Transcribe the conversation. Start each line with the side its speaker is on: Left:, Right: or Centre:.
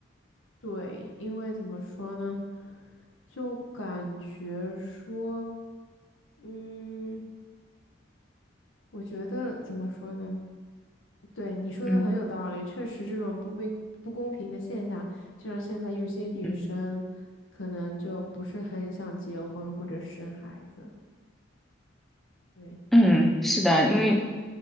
Left: 对，因为怎么说呢，就感觉说，嗯，我觉得怎么说呢？对，你说的很有道理，
Centre: 嗯
Left: 确实这种不公不公平的现象，就像现在有些女生可能就不是很想结婚或者生孩子。
Centre: 嗯
Left: 对。
Centre: 嗯，是的，因为